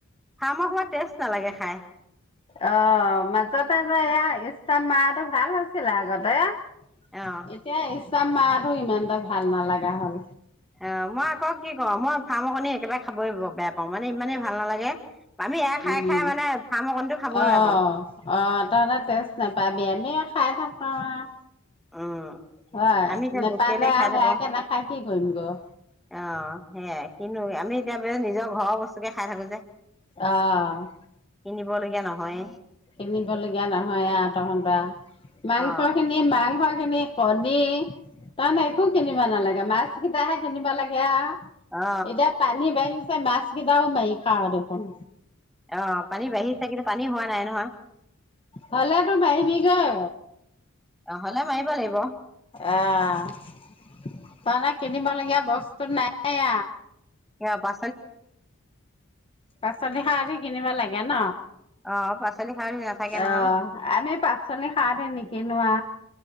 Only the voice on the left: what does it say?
অ মাজতে যে ইয়াৰ ইষ্টাৰ্ত মাৰাটো ভাল হৈছিলে আগতে। এতিয়াই
ই তাত মাৰটো ইমান এটা ভাল নালাগা হ'ল।
উম
অ
অ তাৰে তেচ নাপায়। এনেই খাই থাকা আৰু
হয়
নেপালে
আৰু
সেয়াকে নাখায় কি কৰিম গৈ।
অ'।
কিনিবলগীয়া নহয়‌ আৰ তহতৰ। মাংস
খিনি মাংস খিনি পনিৰ তাৰমানে একো কিনিব নালাগে মাছ কেইটাহে কিনিব লাগে আৰু এতিয়া
পানী বাঢ়ি মাছকেইটা মাৰি খাওঁ দেখোন।
হলে তোৰ পাৰিবিগৈ
অহ নহলে কিনিব লগীয়া হ'ব। ত নাই।
পাচলি খালি কিনিবা লাগে ন।
অ আমি পাচলি সাৰ দি নিকিনোৱা